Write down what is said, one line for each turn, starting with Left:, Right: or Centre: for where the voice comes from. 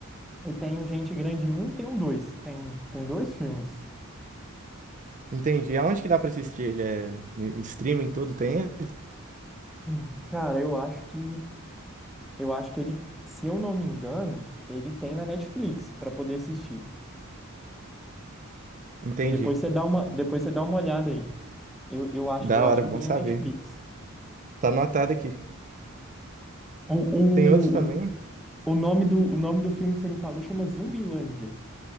Centre: e tem o Gente Grande um, tem um dois, Tem tem dois filmes.
Right: Entendi. Aonde que dá pra assistir ele? É em streaming, tudo? Tem ele?
Centre: Hum. Cara, eu acho que eu acho que ele, se eu não me engano, ele tem na Netflix pra poder assistir.
Right: Entendi.
Centre: Depois você dá uma depois você dá uma olhada aí. Eu, eu acho
Right: Da
Centre: eu acho
Right: hora,
Centre: que
Right: bom
Centre: tem
Right: saber.
Centre: na Netflix.
Right: Tá anotado aqui.
Centre: O,
Right: Tem outro também?
Centre: o, O nome do, o nome do filme que você me falou chama Zumbilândia.